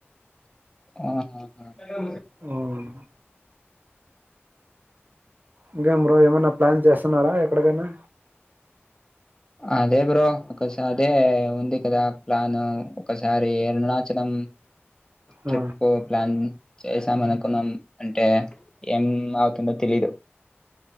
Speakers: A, on the left; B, on the right.
A: ఆహా
B: ఉమ్. ఇంకే బ్రో ఏమైనా ప్లాన్ చేస్తున్నారా ఎక్కడికైనా
A: అదే బ్రో ఒకస అదే ఉంది కదా ప్లాన్ ఒకసారి అరుణాచలం ట్రిప్
B: ఆ,
A: ప్లాన్ చేసాం అనుకున్నాం అంటే ఏం అవుతుందో తెలీదు